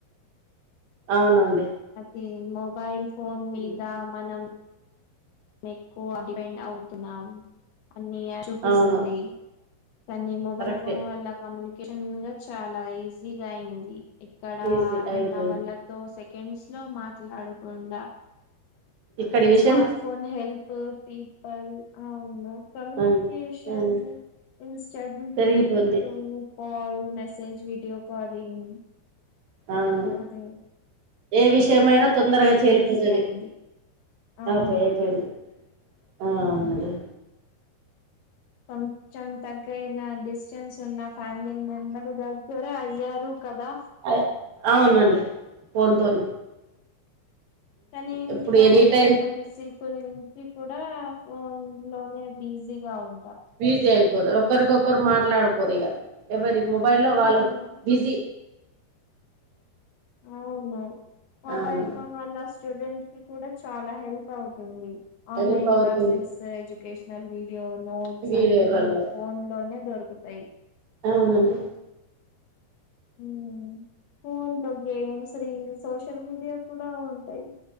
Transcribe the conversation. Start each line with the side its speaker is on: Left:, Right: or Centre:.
Right: అవునండి
Left: అది మొబైల్ ఫోన్ మీద
Right: మ్మ్.
Left: మనం మే ఎక్కువ డిపెండ్ అవుతున్నాం అన్ని చూపిస్తుంది
Right: అవును
Left: కానీ మొబైల్
Right: కరెక్టే
Left: ఫోన్ వల్ల కమ్యూనికేషన్ గా చాలా ఈజీగా అయింది ఇక్కడ
Right: ఈజీ అయిపోయింది
Left: ఉన్న వాళ్లతో సెకండ్స్ లో మాట్లాడకుండా
Right: ఇక్కడి విషయ
Left: స్మార్ట్ ఫోన్ హెల్ప్ పీపల్ ఆవును కమ్యనికేషన్
Right: అవును అవును
Left: ఇన్స్టడీర్రూ
Right: పెరిగిపోంది
Left: కాల్ మెసేజ్ విడియో కాలింగ్
Right: అవును
Left: అదే
Right: ఏ విషయమైనా
Left: కమ్యూనికేషన్
Right: తొందరగా చేరిపోతది
Left: ఈజీ అయింది అవును
Right: ఆ పోయిఅయిపోయింది ఆ అనండి
Left: కొంచం తగ్గయిన డిస్టెన్స్ ఉన్న ఫ్యామిలీ మెంబర్ దగ్గర అయ్యారు కదా
Right: అ అవునండి ఫోన్ తోని
Left: కాని ఇంట్లో
Right: ఇప్పుడు ఎనీ
Left: అందరు
Right: టైం
Left: కలిసి గురించి కూడా ఫోన్ లోనే బిజీగా ఉం
Right: బీజీ అయికద ఒకరికి ఒకరు మాట్లాడుకోరు ఇగ ఎవరి మొబైల్లో వాళ్ళు
Left: అవును
Right: బిజీ
Left: అవును మొబైల్
Right: అవును
Left: ఫోన్ వల్ల స్టూడెంట్ కూడా చాలా హెల్ప్ అవుతుంది
Right: హెల్ప్
Left: ఆన్లైన్
Right: అవుతుంది
Left: క్లాసెస్ ఎడ్యుకేషనల్ వ వీడియో నోట్స్
Right: వీడియోలల్లో
Left: అన్ని ఫోన్ లోనే దొరుకుతాయి
Right: అవునండి
Left: ఉమ్ ఫోన్ లో గేమ్స్ రీల్స్ సోషల్ మీడియా కూడా ఉంటాయి